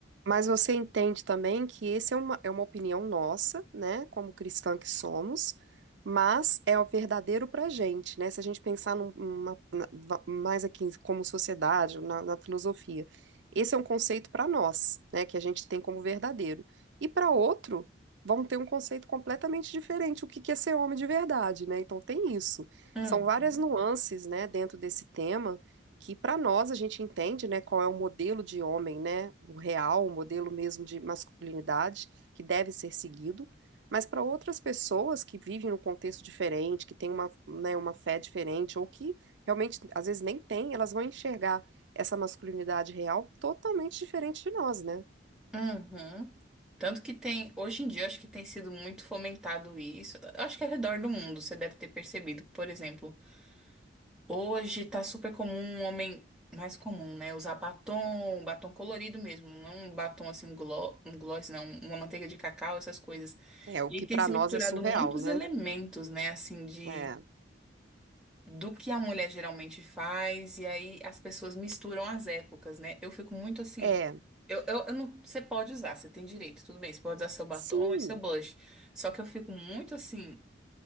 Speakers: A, on the right; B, in the centre.
A: Mas você entende também que esse é uma, é uma opinião nossa, né, como cristã que somos, mas é o verdadeiro pra gente, né? Se a gente pensar num- numa- na- va- mais aqui como sociedade, na, na filosofia, esse é um conceito para nós, né, que a gente tem como verdadeiro. E para outro, vão ter um conceito completamente diferente, o que que é ser homem de verdade, né? Então tem isso.
B: Hum.
A: São várias nuances, né, dentro desse tema que para nós a gente entende, né, qual é o modelo de homem, né, o real, o modelo mesmo de masculinidade que deve ser seguido, mas para outras pessoas que vivem num contexto diferente, que têm uma, né, uma fé diferente ou que realmente às vezes nem têm, elas vão enxergar essa masculinidade real totalmente diferente de nós, né?
B: Uhum. Tanto que tem, hoje em dia, acho que tem sido muito fomentado isso. Eu Acho que ao redor do mundo você deve ter percebido. Por exemplo, hoje tá super comum um homem mais comum, né? Usar batom, batom colorido mesmo, não um batom assim, um gloss, um gloss, não, uma manteiga de cacau, essas coisas.
A: É o
B: E
A: que
B: aí tem
A: para
B: se
A: nós
B: misturado
A: é surreal,
B: muitos
A: né?
B: elementos, né? Assim, de
A: É,
B: do que a mulher geralmente faz, e aí as pessoas misturam as épocas, né? Eu fico muito assim.
A: é,
B: Eu, eu, eu não, você pode usar, você tem direito, tudo bem, você pode usar seu batom
A: sim,
B: e seu blush. Só que eu fico muito assim,